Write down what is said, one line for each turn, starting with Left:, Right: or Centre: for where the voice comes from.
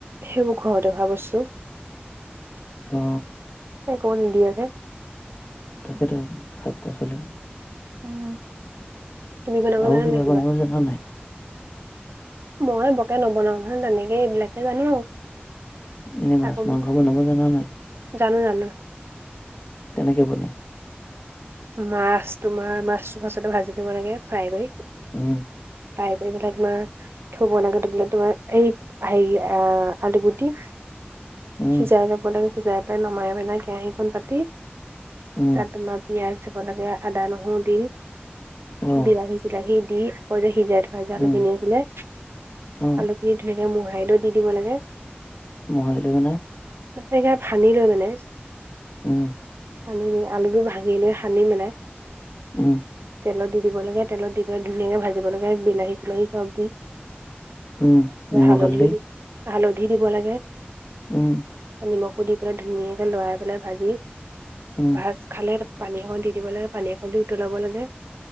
Right: সেইবোৰ ঘৰতে হোৱা বস্তু।
Left: অ।
Right: একো নিদিয়াকে।
Left: তাকেটো শাক-পাচলি।
Right: উম, তুমি বনাব
Left: আৰু
Right: জানান নাই কিবা?
Left: বনাব জানা নাই?
Right: মই বকে নবনাও নহয়। তেনেকে এইবিলাকে জানো।
Left: এনে মাছ-মাংস
Right: আকৌ
Left: বনাব জানা নাই,
Right: জানো জানো
Left: কেনেকে বনাই?
Right: মাছ তোমাৰ মাছতো ফাৰ্ষ্টতে ভাজি লব লাগে ফ্ৰাই কৰি।
Left: উম।
Right: ফ্ৰাই কৰি পেলাই তোমাৰ থুব লাগে ধবাক তোমাৰ এই হেৰি আলুগুটি,
Left: উম,
Right: সিজাই ল'ব লাগে, সিজাই পেলাই নমাই পেলাই কেৰাহীখন পাতি,
Left: উম,
Right: তাত তোমাত পিয়াজ দিব লাগে, আদা নহৰু দি,
Left: অ',
Right: বিলাহী চিলাহী দি, অলপদেৰি সিজাই ভাজা আলু
Left: উম,
Right: কিনি আছিলে,
Left: অ',
Right: আলুখিনি ধুইলৈ পেলাই মোহাৰি দি দিব লাগে।
Left: মোহাৰিলৈ মানে?
Right: <unintelligible> হানি লৈ মানে।
Left: উম।
Right: সানি আলুটো ভাঙি লৈ সানি মেলাই,
Left: উম।
Right: তেলত দি দিব লাগে, তেলত দি পেলাই ধুনীয়াকে ভাজিব লাগে, বিলাহী চিলাহী চব দি,
Left: উম,
Right: ত
Left: নিমখ
Right: হালধিও
Left: হালধি?
Right: দি হালধি দিব লাগে,
Left: উম।
Right: নিমখো দি পেলাই ধুনীয়াকে লৰাই পেলাই ভাজি
Left: উম,
Right: ভাজ খালে- পানী অকন দি দিব লাগে, পানী একখন দি উতলাব লাগে,